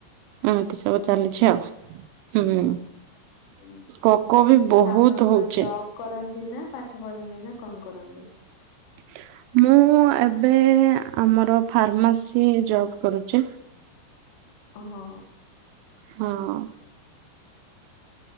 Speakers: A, on the right; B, on the left.
A: ଏମୀତି ସବୁ
B: ହୁଁ
A: ଚାଲିଛି
B: ହୁଁ।
A: ଆଉ। ହୁଁ
B: ହୁଁ।
A: କକ ବି ବହୁତ
B: ତ ଆପଣ କଣ
A: ହଉଛେ।
B: ଜବ୍ କରନ୍ତି ନା ପାଠ ପଢନ୍ତି ନା କଣ କରନ୍ତି?
A: <inaudible> ମୁଁ ଏବେ ଆମର ଫାର୍ମାସି ଜବ୍ କରୁଛି।
B: ଓହୋ।
A: ହଁ।